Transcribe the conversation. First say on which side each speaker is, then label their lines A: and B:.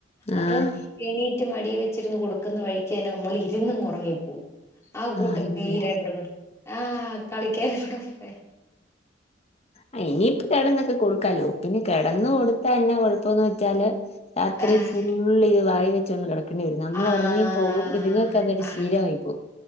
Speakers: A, on the left; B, on the left.
A: അപ്പം-
B: ആഹ്
A: എണീറ്റ് മടി വെച്ചിരുന്ന് കൊടുക്കുന്ന വഴിക്കന്നെ മ്മൾ ഇര്ന്നങ്ങ് ഒറങ്ങിപ്പോവും. ആഹ കൂട്ടത്തീ
B: ആഹ് ഇല്ല
A: രണ്ട് മ ആഹ കളിക്കൻ അവിടെ പോകും
B: അഹ ഇനീപ്പോ കെടന്ന്ട്ട് കൊടുക്കാലോ. പിന്നെ കെടന്ന് കൊടുത്താ എന്ന കുഴപ്പംന്ന് വെച്ചാല് രാത്രി
A: ആഹ്
B: ഫുള്ള്ത് വായി വെച്ചൊണ്ട് കിട പിന്നെ നമ്മളൊറങ്ങി
A: ആഹ്
B: പോകും ഇതുങ്ങൾക്കതൊരു
A: ആഹ്
B: ശീലയി പോവും.